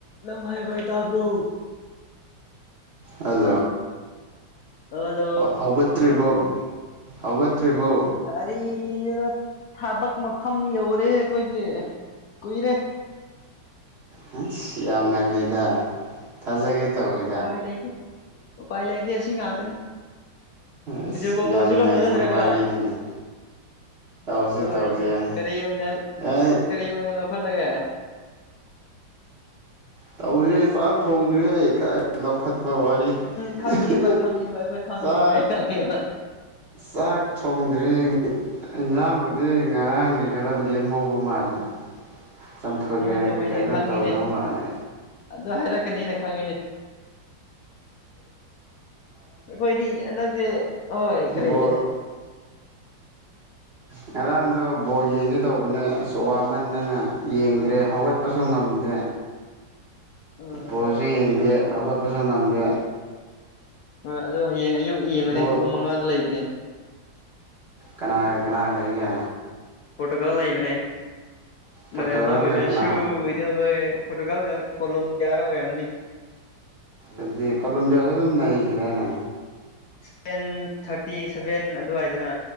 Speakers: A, on the left; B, on the right.
A: ꯅꯪ ꯍꯥꯏꯕ ꯑꯩ ꯇꯥꯕ꯭ꯔꯣ
B: ꯍꯜꯂꫭ
A: ꯍꯜꯂꯣ
B: ꯍ ꯍ ꯍꯧꯒꯠꯇ꯭ꯔꯤꯕꯣ ꯍꯧꯒꯠꯇ꯭ꯔꯤꯕꯣ
A: ꯀꯥꯔꯤꯅ‌ꯣꯗ ꯊꯕꯛ ꯃꯐꯝ ꯌꯧꯔꯦ ꯑꯩꯈꯣꯏꯗꯤ ꯀꯨꯏꯔꯦ
B: ꯍꯥꯏꯁ ꯌꯥꯝ ꯉꯜꯂꯤꯗ ꯊꯥꯖꯒꯦ ꯇꯧꯏ
A: ꯎꯄꯥꯏ ꯂꯩꯇ‌ꯦ ꯎꯄꯥꯏ ꯂꯩꯇ‌ꯦ ꯑꯁꯤ ꯉꯥꯛꯇꯅꯦ
B: ꯑꯁ
A: ꯕꯤꯗꯤꯑꯣ ꯀꯣꯜ
B: ꯌꯥꯝ
A: ꯇꯧꯖꯤꯔ‌ꯣ
B: ꯅꯩꯕ
A: ꯊꯥꯖꯗ꯭ꯔꯒ
B: ꯋꯥꯔꯤꯅꯤꯅꯦ ꯇꯧꯁꯦ
A: ꯍꯣꯏꯅꯦ
B: ꯇꯧꯁꯦ
A: ꯀꯔꯤ ꯑꯣꯏꯅ
B: ꯑꯩ
A: ꯀꯔꯤ ꯑꯣꯏꯅ ꯂꯧꯈꯠꯂꯒꯦ
B: ꯇꯧꯏꯁ‌ꯦ ꯆꯥꯛ ꯊꯣꯡꯗ꯭ꯔꯦ ꯀꯥꯏ ꯂꯧꯈꯠꯄꯥ ꯋꯥꯔꯤ
A: ꯈꯪꯉꯦꯕ
B: <unintelligible>
A: ꯈꯪꯉꯦꯕ ꯑꯩꯈꯣꯏ
B: ꯆꯥꯛ
A: <unintelligible>
B: ꯆꯥꯛ ꯊꯣꯡꯗ꯭ꯔꯤ ꯏꯟꯖꯥꯡꯕꯨ ꯗꯤ ꯉꯔꯥꯡꯒꯤ ꯈꯔ ꯂꯦꯝꯍꯧꯕ ꯃꯥꯜꯂꯦ ꯆꯝꯐꯨꯒ
A: ꯍꯣꯏꯅꯦ
B: ꯀꯩꯀꯩꯅꯣ
A: ꯍꯣꯏꯅꯦ ꯈꯪꯉꯤꯅꯦ
B: ꯇꯧꯗꯧꯕ ꯃꯥꯜꯂꯦ
A: ꯑꯗꯨ ꯍꯥꯏꯔꯛꯀꯅꯤꯅ ꯈꯪꯉꯤꯅꯦ ꯑꯩꯈꯣꯏꯗꯤ ꯍꯟꯗꯛꯁꯦ ꯍꯣꯏ ꯀꯔꯤ
B: ꯕꫭꯜ
A: <unintelligible>
B: ꯉꯔꯥꯡꯗꯣ ꯕꯣꯜ ꯌꯦꯡꯒꯦ ꯇꯧꯕꯅꯦ ꯑꯁ ꯋꯥꯃꯟꯗꯅ ꯌꯦꯡꯗ꯭ꯔꯦ ꯍꯧꯒꯠꯄꯁꯨ ꯉꯝꯗꯦ
A: <inaudible>
B: ꯕꯣꯜꯁꯨ
A: ꯍꯣꯏ
B: ꯌꯦꯡꯗꯦ ꯍꯧꯒꯠꯄꯁꯨ ꯉꯝꯗꯦ
A: ꯍꯣꯏ ꯑꯗꯣ ꯍꯌꯦꯡ ꯑꯌꯨꯛ ꯌꯦꯡꯉꯨꯅꯦ
B: ꯕꯣꯜ
A: ꯄꯨꯡ ꯃꯉꯥꯗ ꯂꯩꯕꯅꯦ
B: ꯀꯅꯥꯒ ꯀꯅꯥꯒ ꯂꯩꯒꯦ
A: ꯄꯣꯔꯇꯨꯒꯜ ꯂꯩꯕꯅꯦ
B: ꯄꯣꯔꯇꯨꯒꯜꯒ
A: ꯅꯅꯦꯜꯗꯣ ꯈꯣꯏꯗꯣ
B: ꯀꯅꯥ
A: ꯁꯨ ꯍꯣꯏ ꯄꯣꯔꯇꯨꯒꯜꯒ ꯀꯣꯂꯣꯝꯕꯤꯌꯥꯒ ꯑꯣꯏꯔꯝꯒꯅꯤ
B: ꯑꯗꯨꯗꯤ ꯀꯣꯂꯣꯝꯕꯤꯌꯥꯁꯨ ꯑꯗꯨꯝ ꯅꯩꯒꯤꯗꯥꯏꯅꯦ
A: ꯁꯚꯦꯟ ꯊꯥꯔꯇꯤ ꯁꯚꯦꯟ ꯑꯗꯨꯋꯥꯏꯗꯅ